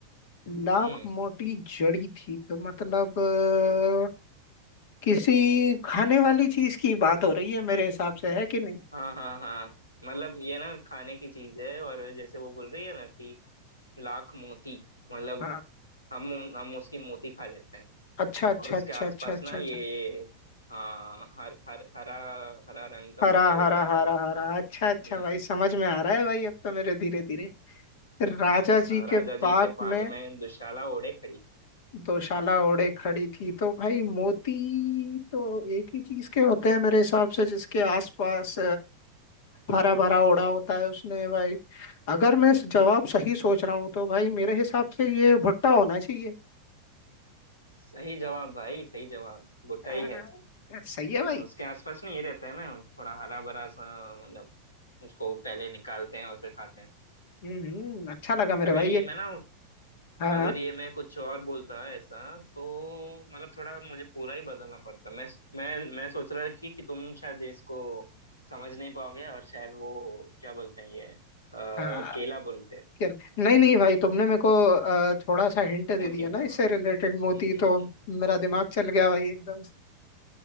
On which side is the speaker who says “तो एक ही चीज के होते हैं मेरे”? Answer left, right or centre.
Left